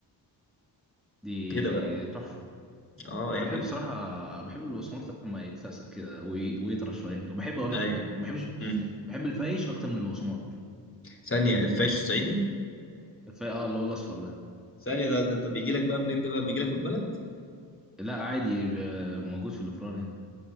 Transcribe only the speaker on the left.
كده بقى
اه
يعني
ايوه
مم.
ثانيه الفاش الصعيدي
ثانيه ده, ده انت بيجي لك بقى منين ده بقى بيجي لك من البلد